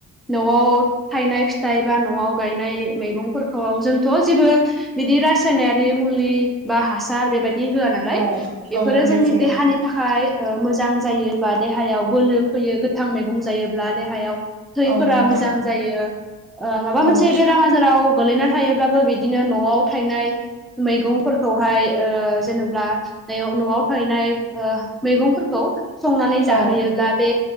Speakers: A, in the centre; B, on the right.
A: न'आव थायनाय फिथाइ बा न'आव गायनाय मैगंफोरखौ जोंथ' जेबो बिदि रासायनारि मुलि बा हासार बेबायदि होआ नालाय
B: औ
A: बेफोरो
B: औ होनाय
A: जोंनि
B: जाया
A: देहानि थाखाय मोजां जायो बा देहायाव बोलो फैयो गोथां मैगं जायोब्ला देहायाव थैफोरा
B: औ नोंथां
A: मोजां जायो माबा मोनसे
B: औ
A: बेरामा बाजाराव गोलैना थायोब्लाबो बिदिनो न'आव थायनाय मैगंफोरखौहाय जेनेब्ला न'आव थाहैनाय मैगंफोरखौ संनानै जाहोयोब्ला
B: औ
A: बे